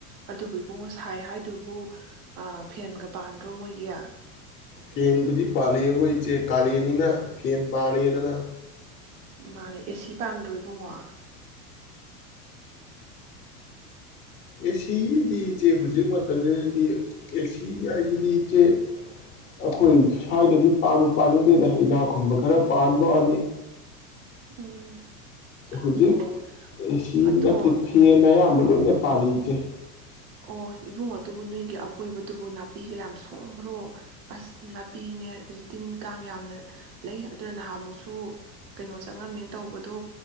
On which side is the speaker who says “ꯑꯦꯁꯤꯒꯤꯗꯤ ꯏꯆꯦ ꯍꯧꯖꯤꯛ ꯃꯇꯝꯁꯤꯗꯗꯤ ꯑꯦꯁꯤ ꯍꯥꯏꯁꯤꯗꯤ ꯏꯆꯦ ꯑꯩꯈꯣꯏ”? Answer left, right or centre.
Left